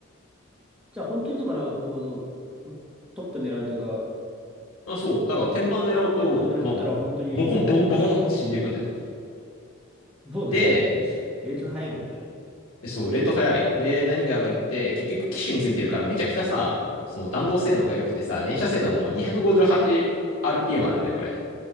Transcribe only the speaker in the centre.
じゃあ本当にだから、もうあの、トップ狙うというか、
天板狙ったら本当に、
うん、そうだよね。
<laughs> レート早いもんね、あれ。